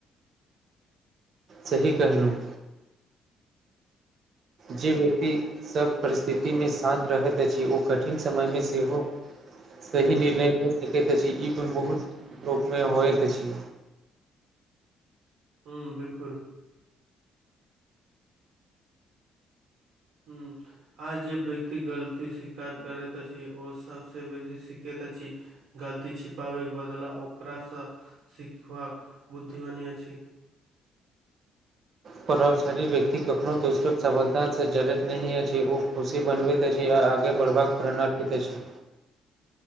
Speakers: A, on the right; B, on the right.
A: सही कहलहुँ। जे व्यक्ति सभ परिस्थितिमे शान्त रहैत अछि ओ कठिन समयमे सेहो सही निर्णय क सकैत अछि ई गुण बहुत लोकमे। होइत अछि
B: हु बिलकुल। हू। आइ जे व्यक्ति गलती स्वीकार करैत अछि ओ सभसँ बेसी सीखैत अछि गलती छिपाबैके बदला ओकरासँ सिखबाक बुद्धिमानी अछि।
A: प्रभावशाली व्यक्ति कखनो दोसरोक सफलत से जड़ैत नहि अछि ओ खुशी बनबैत आ आगे बढ़बाक प्रेरणा दे छी।